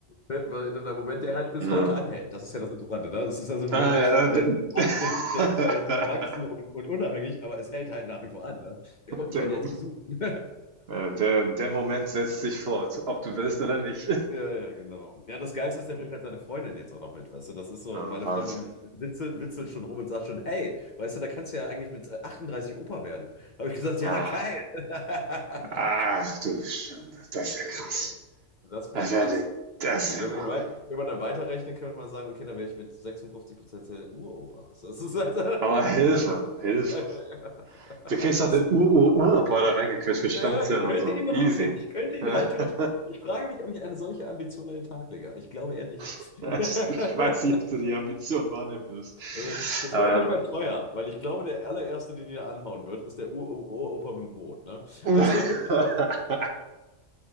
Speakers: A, on the left; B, on the right.
A: weltverändernder Moment, der halt bis
B: Ja.
A: heute anhält. Das ist ja das Interessante, ne? Das ist ja so ein
B: Ah,
A: Moment,
B: ja.
A: der
B: d-
A: ist
B: d-
A: 18, der
B: <laughs>
A: ist zwar jetzt erwachsen und, und unabhängig, aber es hält halt nach wie vor an, ne? Der kommt mich
B: Der,
A: halt
B: Mo-
A: jetzt besuchen. <laughs>
B: äh, der, der Moment setzt sich fort, ob du willst oder nicht.
A: Ja, ja, genau. Ja, das Geilste ist, der bringt halt seine Freundin jetzt auch noch mit, weißt du? Das ist so,
B: Ah,
A: und meine
B: Wahnsinn.
A: Freundin witzelt, witzelt schon rum und sagt schon, hey, weißt du, da kannst du ja eigentlich mit äh, 38 Opa werden. Habe ich gesagt,
B: Ach,
A: ja, geil. <laughs>
B: ach du Schande, das ist
A: Ja,
B: ja
A: ja,
B: krass.
A: ja. Das wäre
B: Das ist
A: krass.
B: ja, der- das ist
A: Ja,
B: ja
A: Wenn,
B: Wahnsinn.
A: du wei- wenn man dann weiterrechnet, kann man mal sagen, okay, dann wäre ich mit 56% der Uropa. Also Das ist halt
B: Aber Hilfe, Hilfe.
A: <laughs>
B: Du kriegst doch den Ur-Ur-Uropa da reingequetscht für Stammzellen
A: Ja, ich könnte
B: und so.
A: ihn noch
B: Easy.
A: hinkriegen. Ich könnte ihn
B: <laughs>
A: rein theoretisch. Ich frage mich, ob ich eine solche Ambition an den Tag lege. Ich glaube eher nicht.
B: <laughs>
A: <laughs>
B: Ja, Ich ich weiß nicht, ob du die Ambition wahrnehmen wirst.
A: Also, das
B: Aber
A: wird auf
B: ja.
A: jeden Fall teuer, weil ich glaube, der allererste, den jeder anhauen wird, ist der Ur-Opa mit dem Boot. Ne?
B: <laughs>
A: Also, <laughs>